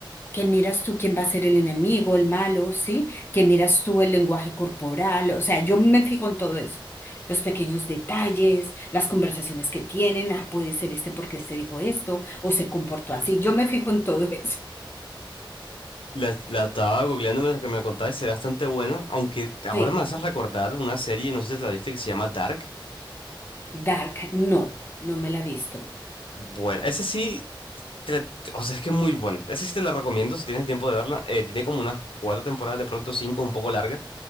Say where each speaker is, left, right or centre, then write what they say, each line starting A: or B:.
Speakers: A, on the left; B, on the left.
A: que miras tú quién va a ser el enemigo, el malo, ¿sí? Que miras tú el lenguaje corporal, o sea, yo me fijo en todo eso. Los pequeños detalles, las conversaciones que tienen, ah, puede ser este porque este dijo esto o se comportó así. Yo me fijo en todo <laughs> eso.
B: La, la estaba googleando mientras que me la contabas, se ve bastante buena, aunque ahora
A: Sí,
B: me haces recordar una serie, no sé si te la viste, que se llama Dark.
A: Dark, no, no me la he visto.
B: Bueno, ese sí te- o sea, es que es muy buena. Esa sí te la recomiendo si tienes el tiempo de verla. Eh, tiene como unas cuatro temporadas, de pronto cinco, un poco larga.